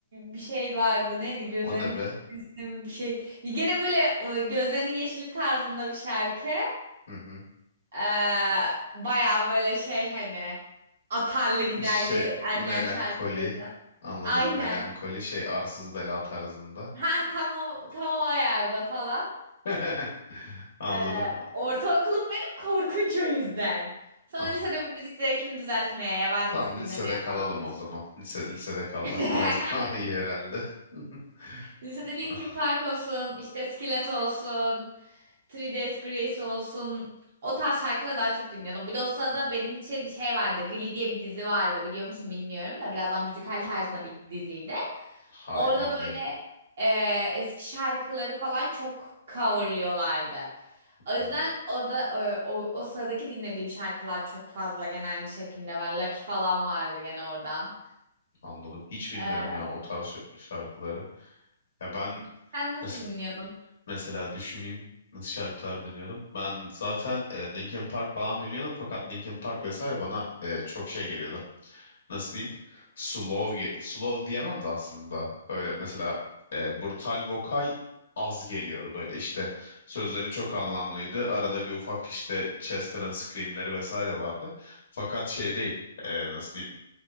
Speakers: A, on the right (about 50°); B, on the left (about 75°).
A: bir şey vardı. Neydi? Gözlerinin
B: O ne
A: kahvesine
B: be?
A: mi bir şey. Gene böyle e, gözlerinin yeşili tarzında bir şarkı.
B: Hı hı.
A: Ee, bayağı böyle şey hani atarlı giderli
B: Şey
A: Evet. ergen
B: melankoli.
A: şarkılarından.
B: Anladım
A: Aynen.
B: melankoli şey arsız bela tarzında.
A: Ha tam o tam o ayarda falan.
B: <laughs> Anladım.
A: Ee,
B: Anladım.
A: ortaokulum benim korkunç o yüzden. Sonra
B: Anladım.
A: lisede bir müzik zevkimi düzeltmeye, yabancı
B: Tamam
A: müzik dinlemeye
B: lisede kalalım
A: falan başladım.
B: o zaman. Lise, lisede kalmak
A: <laughs>
B: biraz <laughs> daha iyi herhalde. <laughs>
A: Lisede Linkin
B: Ah,
A: Park olsun, işte Skillet olsun, Three Days Grace olsun. O tarz şarkıları daha çok dinliyordum. Bir de o sırada benim için şey vardı. Glee diye bir dizi vardı biliyor musun bilmiyorum da birazdan müzikal tarzında bir diziydi.
B: Hayır
A: Orada
B: bilmiyorum.
A: böyle eee, eski şarkıları falan çok coverlıyorlardı. O yüzden
B: Hmm,
A: orada e, o, o sıradaki dinlediğim şarkılar çok fazla genel şekilde var. Lucky falan vardı gene oradan.
B: anladım. Hiç bilmiyorum
A: Eee,
B: ya o tarz şa- şarkıları. Ya ben
A: sen nasıl
B: mes-
A: dinliyordun?
B: mesela düşüneyim nasıl şarkılar dinliyordum. Ben zaten e, Linkin Park falan dinliyordum fakat Linkin Park vesaire bana e, çok şey geliyordu. nasıl diyeyim slow ge- slow diyemem de aslında böyle mesela e, brutal vokal az geliyordu böyle işte sözleri çok anlamlıydı arada bir ufak işte Chester'ın screamleri vesaire vardı fakat şey değil e, nasıl diyeyim